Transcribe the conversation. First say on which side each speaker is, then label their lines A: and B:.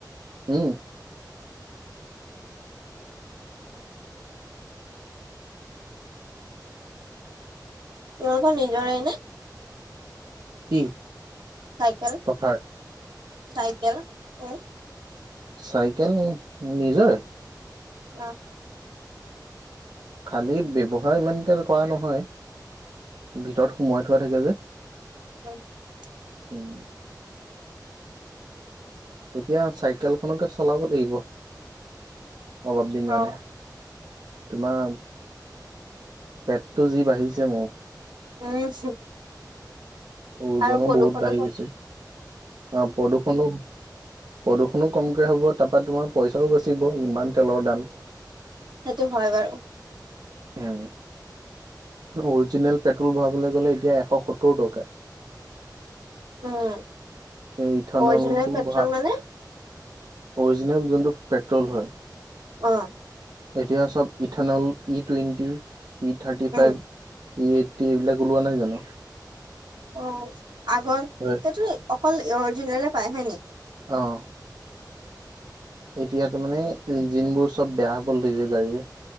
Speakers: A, on the right; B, on the right.
A: উম।
B: তোমালোকৰ নিজৰেই নে।
A: কি?
B: চাইকেল,
A: পথাৰ
B: চাইকেল উম'।
A: চাইকেল নিজৰে।
B: অ'।
A: খালী ব্যৱহাৰ ইমানকে কৰা নহয়। ভিতৰত সোমাই থোৱা থাকে যে।
B: <inaudible>
A: উম। এতিয়া চাইকেলখনকে চলাব লাগিব। অলপ দিন
B: অ
A: মানে তোমাৰ পেটটো যি বাঢ়িছে মোৰ।
B: উম,
A: ওজনো
B: আৰু প্ৰদূষণো
A: বহুত বাঢ়ি
B: কম।
A: গৈছে অ', প্ৰদূষণো প্ৰদূষণো কমকে হ'ব তাৰপা তোমাৰ পইচাও বাছি চিব ইমান তেলৰ দাম।
B: সেইটো হয় বাৰু।
A: উম। অৰজিনেল পেট্ৰল ভৰাবলৈ গ'লে এতিয়া এশ সত্তৌৰ টকা।
B: উম
A: এই ইথানলটো
B: অৰিজিনেল পেট্ৰল
A: বহা
B: মানে
A: অৰিজিনেল যোনটো পেট্ৰল হয়।
B: অ'।
A: এতিয়া চব ethanol, E twenty, E thirty
B: um
A: five. E eighty এইবিলাক ওলোৱা নাই জানো।
B: অ', আগতেতো
A: হয়
B: অকল অৰজিনেলে পায় হয় নি?
A: অ'। এতিয়াতো মানে ইঞ্জিনবোৰ চব বেয়া হ'ব ধৰিছে গাড়ীৰ।